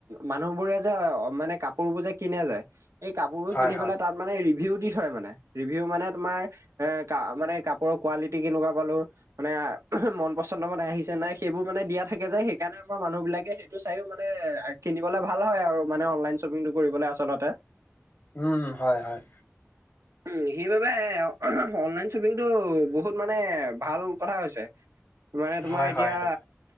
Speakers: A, on the right (about 90°); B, on the left (about 45°).
A: মানুহ বোৰে যে মানে কাপোৰবোৰ যে কিনে যে, এই কাপোৰবোৰ
B: হয়
A: কিনি
B: হয়।
A: পাই তাত মানে ৰিভিউ দি থয় মানে, ৰিভিউ মানে তোমাৰ এ ক মানে কাপোৰৰ কোৱালিটি কেনেকুৱা পালো, মানে মন পচন্দ মানে আহিছে নাই। সেইবোৰ মানে দিয়া থাকে যায়, সেইকাৰণে আমাৰ মানুহবিলাকে সেইটো চায়ো মানে কিনিবলে ভাল হয় আৰু মানে অনলাইন শ্বপিংটো কৰিবলে আচলতে।
B: উম হয় হয়।
A: উ সেইবাবে অনলাইন শ্বপিং, এইটো বহুত মানে ভাল কথা হৈছে। মানে তোমাৰ
B: হয়,
A: এতিয়া
B: হয়, সেইটো